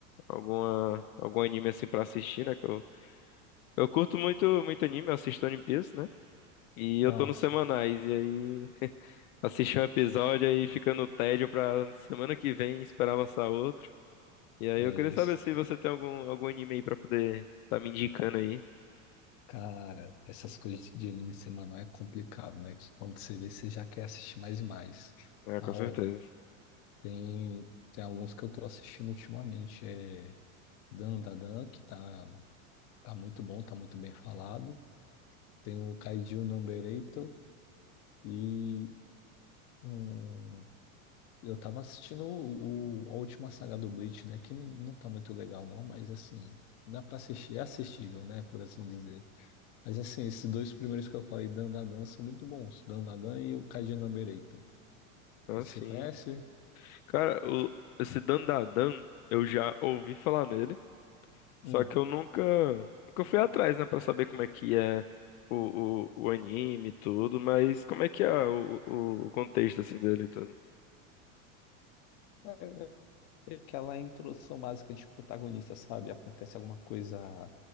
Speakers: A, on the left; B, on the left.
A: alguma, algum anime assim pra assistir, né? Que eu, eu curto muito, muito anime, eu assisto One Piece, né? E
B: Ah,
A: eu tô nos
B: sim.
A: semanais, e aí assisti um episódio aí fica no tédio pra semana que vem esperar lançar outro. E aí
B: É,
A: eu queria
B: es-
A: saber se você tem algum, algum anime aí pra poder tá me indicando aí.
B: cara, essas coisas de anime semanal é complicado, né? Que quando você vê, você já quer assistir mais e mais.
A: É,
B: Ah,
A: com certeza.
B: ó, tem, tem alguns que eu tô assistindo ultimamente. É Dan Da Dan, que tá, tá muito bom, tá muito bem falado. Tem o Kaiju Number 8 e. um Eu tava assistindo o, o- a última saga do Bleach, né? Que não não tá muito legal, não, mas assim, dá pra assistir, é assistível, né? Por assim dizer. Mas assim, esses dois primeiros que eu falei, Dandadan, são muito bons. Dandadan e o Kaji Number Eight.
A: Ah,
B: Esse
A: sim.
B: Você conhece?
A: Cara, o, esse Dandadan, eu já ouvi falar nele,
B: Hum.
A: só que eu nunca, nunca fui atrás, né, pra saber como é que é o, o, o anime e tudo, mas como é que é o, o, o contexto, assim, dele e tudo.
B: <clears throat> Aquela introdução básica de protagonista, sabe? Acontece alguma coisa